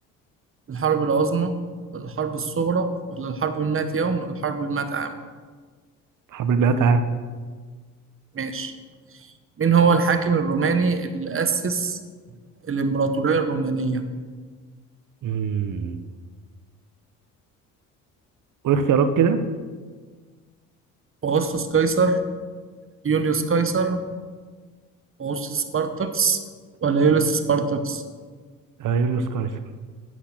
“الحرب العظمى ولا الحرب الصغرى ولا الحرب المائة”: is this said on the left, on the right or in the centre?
Right